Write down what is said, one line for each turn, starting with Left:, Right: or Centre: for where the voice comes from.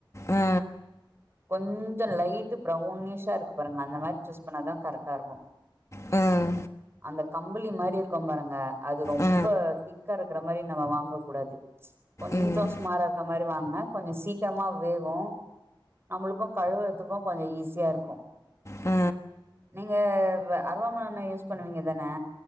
Left: அ,
Right: கொஞ்சொ லைட்டு ப்ரௌனிஷா இருக்கு பாருங்க அந்த மாரி சூஸ் பண்ணாதா கரெக்ட் டா இருக்கு
Left: ஹ்ம்
Right: இந்த கம்புளி மாரி இருக்கும் பாருங்க அது ரொம்ப
Left: அ,
Right: திக்காருக் க்குற மாரி நம்ம வாங்க கூடாது கொஞ்சொ
Left: ம்,
Right: சுமாரா இருக்க மாரி வாங்குனா கொஞ்சொ சீக்கிரமா வேவு நம்மளுக்கும் கழுவுறதுக்கு கொஞ்சொ ஈஸியா இருக்கு
Left: ஹ்
Right: நீங்க வ அருவாமண யூஸ் பண்ணுவீங்க தானே